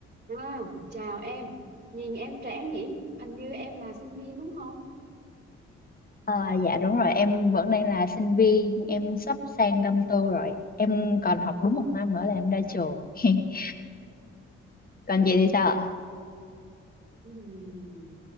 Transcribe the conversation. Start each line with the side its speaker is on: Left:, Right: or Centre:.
Right: Wow, chào em. Nhìn em trẻ nhỉ? Hình như em là sinh viên đúng không?
Left: Ờ, dạ đúng rồi, em vẫn đang là sinh viên, em sắp sang năm tư rồi. Em còn học đúng một năm nữa là em ra trường. <laughs> Còn chị thì sao ạ?
Right: Ừm,